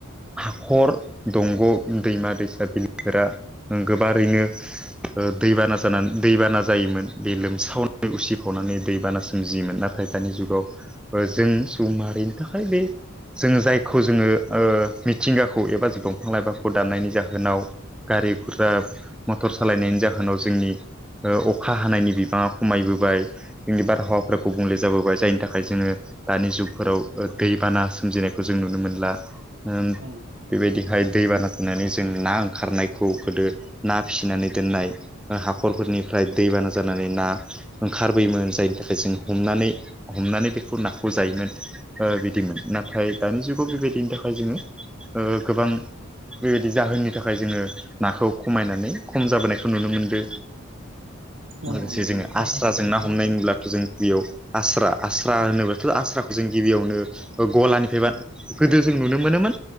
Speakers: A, in the centre; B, on the right.
A: हाखर, दंग', दैमा, दैसा बिलोफोरा ओ गोबारैनो ओ दैबाना जानानै दैबाना जायोमोन बे लोमसावनानै उसिफावनानै दैबाना सोमजियोमोन। नाथाय दानि जुगाव जों सुबुं माहारिनि थाखाय बे जोङो जायखौ जोङो ओ मिथिंगाखौ एबा दंफां लाइफांखौ दाननायनि जाहोनाव गारि गुरा मटर सालायनायनि जाहोनाव जोंनि ओ अखा हानायनि बिबाङा खमायबोबाय। जोंनि बारहावाफोरा गुबुंले जाबोबाय जायनि थाखाय जोङो दानि जुगफोराव दैबाना सोमजिनायखौ जों नुनो मोनला ओम
B: नंगौ
A: बेबायदिहाय
B: थारैनो
A: दैबाना नानै जों ना ओंखारनायखौ गोदो ना फिसिनानै दोननाय ओ हाखरफोरनिफ्राय दैबाना जानानै ना ओंखारबोयोमोन जायनि थाखाय जों हमनानै-हमनानै बेखौ नाखौ जायोमोन। ओ बिदिमोन नाथाय दानि जुगाव बेबायदिनि थाखाय जोङो ओ गोबां बेबायदि जाहोननि थाखाय जोङो नाखौ खमायनानै खम जाबोनायखो नुनो मोनदो।
B: नंगौ
A: लोगोसे
B: नंगौ
A: जोङो
B: नोंथां
A: आस्राजों
B: थारैनो
A: ना हमनाय नुलाथु जों बेयाव आस्रा-आस्रा होनोबाथ' आस्राखौ जों गिबियावनो ओ गलानिफ्राय बान गोदो जों नुनो मोनोमोन